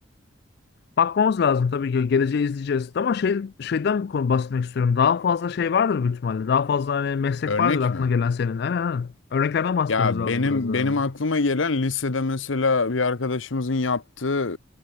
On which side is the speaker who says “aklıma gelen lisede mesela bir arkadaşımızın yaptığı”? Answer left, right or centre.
Left